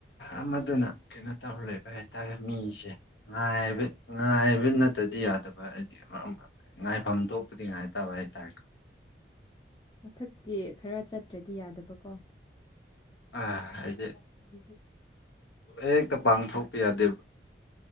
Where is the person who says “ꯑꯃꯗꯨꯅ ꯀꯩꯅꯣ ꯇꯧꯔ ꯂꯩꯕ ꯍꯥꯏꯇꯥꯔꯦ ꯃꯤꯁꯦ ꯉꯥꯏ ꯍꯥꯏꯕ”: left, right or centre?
Left